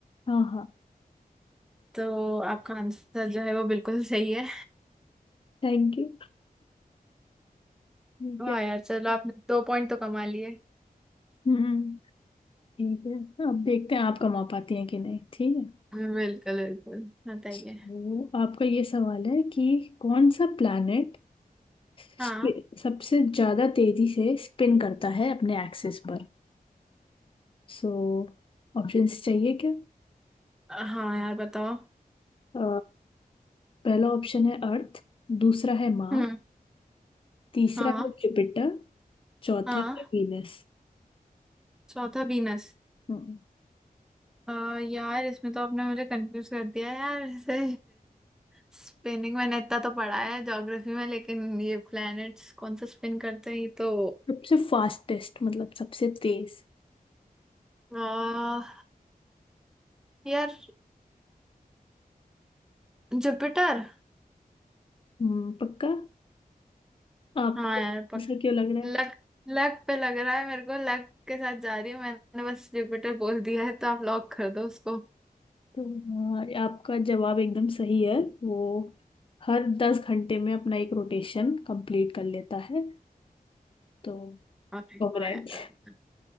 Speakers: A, on the left; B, in the centre.
A: हाँ हाँ
B: तो आपका आंसर जो है वो बिल्कुल सही है
A: Thank you ठीक
B: वाह
A: है
B: यार चलो आपने दो पॉइंट तो कमा लिए
A: हम्म ठीक है अब देखते हैं आप कमा पाती हैं कि नहीं ठीक है
B: बिल्कुल बिल्कुल बताइए
A: तो आपका ये सवाल है कि कौन सा प्लैनेट स्पि-
B: हाँ
A: सबसे ज्यादा तेजी से स्पिन करता है अपने एक्सिस पर सो ऑप्शंस चाहिए क्या
B: हाँ यार बताओ
A: अ, पहला ऑप्शन है अर्थ दूसरा है मार
B: हम्म
A: तीसरा
B: हाँ
A: है जुपिटर चौथा
B: हाँ
A: है वीनस
B: चौथा बीनस
A: हम्म,
B: आ, यार इसमें तो आपने मुझे कंफ्यूज कर दिया यार <laughs> ऐसे स्पिनिंग मैंने इतना तो पढ़ा है ज्योग्राफी में लेकिन ये प्लैनेट्स कौन सा स्पिन करते हैं ये तो
A: सबसे फास्टेस्ट मतलब सबसे तेज
B: आ, यार जुपिटर
A: हम्म, पक्का आपको
B: हाँ यार पक,
A: ऐसा क्यों लग रहा है
B: लक लक पे लग रहा है मेरे को लक के साथ जा रही हूँ मैंने बस जुपिटर बोल दिया है तो आप लॉक कर दो उसको
A: तो अ, आपका जवाब एकदम सही है वो हर दस घंटे में अपना एक रोटेशन कंप्लीट कर लेता है तो
B: हाँ, ठीक
A: कॉन्ग्रेट।
B: है यार